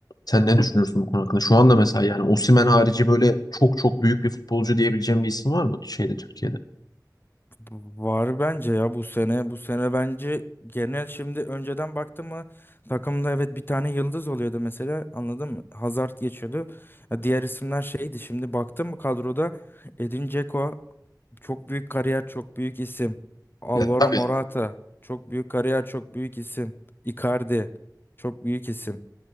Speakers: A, on the left (about 60°); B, on the left (about 30°).
A: sen ne düşünürsün bu konu hakkında? Şu anda mesela yani Osimhen harici böyle çok çok büyük bir futbolcu diyebileceğim bir isim var mı şeyde Türkiye'de?
B: Var bence ya bu sene. Bu sene bence genel şimdi önceden baktım mı takımda evet bir tane yıldız oluyordu mesela anladın mı? Hazard geçiyordu. Ya Diğer isimler şeydi şimdi baktım mı kadroda Edin Dzeko çok büyük kariyer çok büyük isim. Alvaro
A: Ya tabii.
B: Morata çok büyük kariyer çok büyük isim. Icardi çok büyük isim.